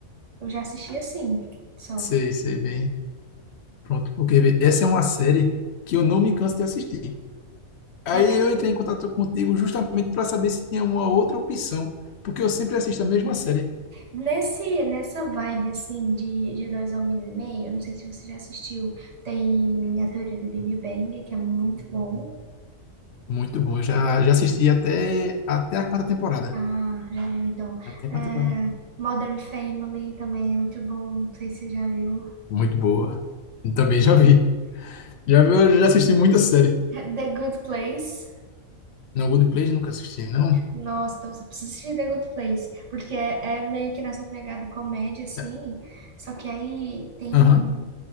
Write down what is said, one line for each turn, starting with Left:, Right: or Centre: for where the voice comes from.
Right: Eu já assisti assim, só.
Left: Sei, sei bem. Pronto, porque vê, essa é uma série que eu não me canso de assistir. Aí
Right: É que-
Left: eu entrei em contato contigo justamente para saber se tinha uma outra opção, porque eu sempre assisto a mesma série.
Right: Nesse, nessa vibe, assim, de, de dois homens e meio, eu não sei se você já assistiu, tem a teoria do Big Bang, que é muito bom.
Left: Muito bom. Eu Já, já assisti até, até a quarta temporada.
Right: Ah, já viu então.
Left: Até a
Right: É,
Left: quarta temporada.
Right: Modern Family também é muito bom, não sei se você já viu.
Left: Muito boa. Também já vi. Já, vi- eu já assisti muita série.
Right: The Good Place,
Left: Não, Good Place nunca assisti, não.
Right: Nossa, então você precisa assistir The Good Place, porque é, é meio que nessa pegada comédia, assim,
Left: É,
Right: só que aí tem,
Left: Aham,